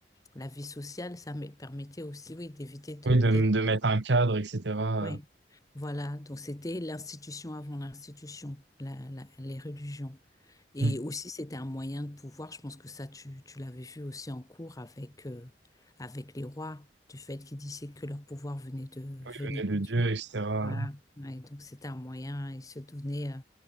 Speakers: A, on the left; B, on the right.
A: La vie sociale, ça me permettait aussi, oui, d'éviter de,
B: Oui, de,
A: d'être.
B: de mettre un cadre, etc.
A: Oui.
B: euh,
A: Voilà. Donc, c'était l'institution avant l'institution, la- la- les religions. Et
B: Mm.
A: aussi, c'était un moyen de pouvoir. Je pense que ça, tu, tu l'avais vu aussi en cours avec, euh, avec les rois, du fait qu'ils disaient que leur pouvoir venait de, venait
B: qui venait
A: de
B: de
A: Dieu.
B: Dieu, etc.
A: Voilà. Ouais, donc, c'était un moyen. Ils se donnaient, euh,